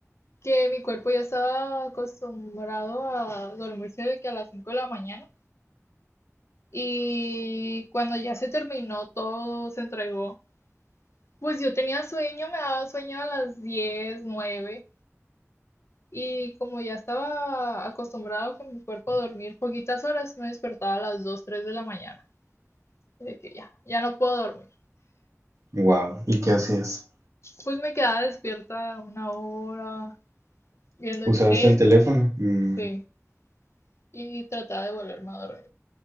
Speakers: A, on the left; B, on the right.
A: que mi cuerpo ya estaba acostumbrado a dormirse de que a las cinco de la mañana y cuando ya se terminó todo, se entregó. Pues yo tenía sueño, me daba sueño a las diez nueve y como ya estaba acostumbrado con mi cuerpo a dormir poquitas horas, me despertaba a las 2 3 de la mañana. De que ya, ya no puedo dormir.
B: wow. ¿Y qué hacías?
A: Pues me quedaba despierta una hora, Viendo
B: ¿Usabas
A: el cel,
B: el teléfono? Mm,
A: sí. Y trataba de volverme a dormir.